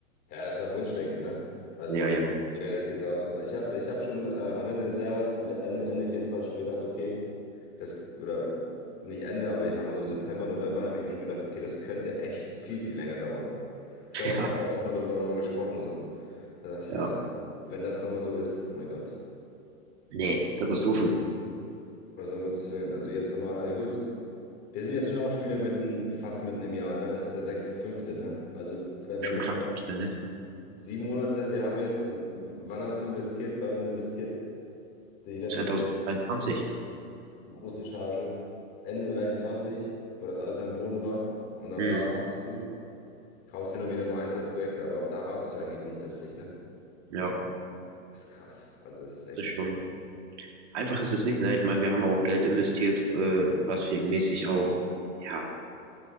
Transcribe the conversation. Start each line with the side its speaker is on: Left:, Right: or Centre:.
Left: Ja, ist ja Wunschdenken, ne? Also
Right: Ja,
Left: ich,
Right: ja,
Left: die Realität ist auch so. Ich habe ich hab schon äh, am Ende des Jahres, Ende, Ende 24 schon gedacht, okay, das, oder nicht Ende, aber ich sag mal so September, November habe ich mir schon gedacht, okay, das könnte echt viel, viel länger dauern. Ich
Right: <laughs>
Left: glaube, da
Right: ja,
Left: haben wir damals mal drüber nochmal gesprochen, so. Da dachte ich
Right: ja.
Left: mir, Alter, wenn das nochmal so ist, oh mein Gott.
Right: Nee, Katastrophe.
Left: Also um Gottes Willen. Also jetzt nochmal, äh, gut, wir sind jetzt schon auch schon wieder mitten, fast mitten im Jahr, ne? Es ist der sechste, fünfte, ne? Also wenn,
Right: Schon
Left: wenn wir
Right: krass,
Left: noch
Right: ne?
Left: Sieben Monate, wir haben jetzt, wann hast du investiert? Wann haben wir investiert? Die letzte
Right: 2022.
Left: große Charge. Ende 23, wo das alles am Boden war. Und ab
Right: Mhm.
Left: da wartest du. Kaufst hin und wieder mal ein, zwei Projekte, aber ab da wartest du eigentlich grundsätzlich, ne?
Right: Ja,
Left: Das ist krass. Also das ist
Right: das
Left: echt.
Right: ist schon. Einfach ist es nicht, ne? Ich meine, wir haben auch Geld investiert, äh, was wir mäßig auch, ja,